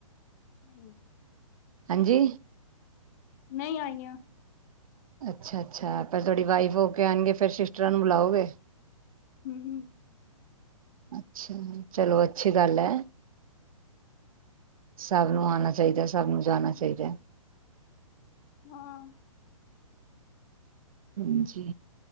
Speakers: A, on the left; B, on the right.
A: ਨਹੀਂ।
B: ਹਾਂਜੀ।
A: ਨਹੀਂ ਆਈਆਂ।
B: ਅੱਛਾ ਅੱਛਾ ਪਰ ਤੁਹਾਡੀ ਵਾਈਫ ਹੋ ਕੇ ਆਉਣਗੇ ਫਿਰ ਸਿਸਟਰਾਂ ਨੂੰ ਬੁਲਾਓਗੇ।
A: ਹੂੰ ਹੂੰ।
B: ਅੱਛਾ ਚਲੋ ਅੱਛੀ ਗੱਲ ਹੈ ਸਭ ਨੂੰ ਆਉਣਾ ਚਾਹੀਦਾ ਸਭ ਨੂੰ ਜਾਣਾ ਚਾਹੀਦਾ।
A: ਹਾਂ।
B: ਹਾਂਜੀ